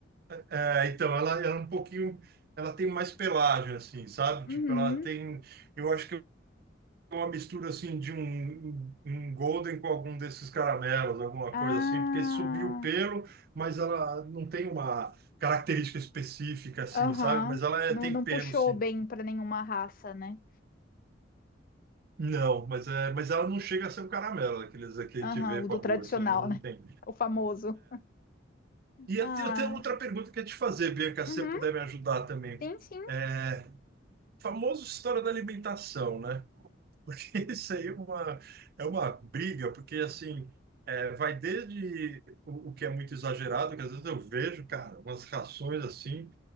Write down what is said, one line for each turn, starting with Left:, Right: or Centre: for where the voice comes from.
Right: é, então, ela, ela é um pouquinho, ela tem mais pelagem, assim, sabe?
Left: Uhum.
Right: Tipo, ela tem, eu acho que é uma mistura, assim, de um, um golden com algum desses caramelos, alguma
Left: Ah,
Right: coisa assim, porque subiu o pelo, mas ela não tem uma característica específica, assim,
Left: aham.
Right: sabe? Mas ela é,
Left: Não,
Right: tem
Left: não
Right: pelo,
Left: puxou
Right: sim.
Left: bem para nenhuma raça, né?
Right: Não, mas, é, mas ela não chega a ser um caramelo, daqueles que a
Left: Aham,
Right: gente vê
Left: o
Right: com
Left: do
Right: a
Left: tradicional,
Right: boa, assim, não, não
Left: né?
Right: tem.
Left: O famoso.
Right: E eu
Left: Ah,
Right: tenho eu tenho outra pergunta que eu ia te fazer, Bianca, se
Left: uhum.
Right: você puder me ajudar também.
Left: Sim, sim.
Right: É Famoso história da alimentação, né? <laughs> Isso aí é uma, é uma briga, porque assim, é, vai desde o, o que é muito exagerado, que às vezes eu vejo, cara, umas rações assim,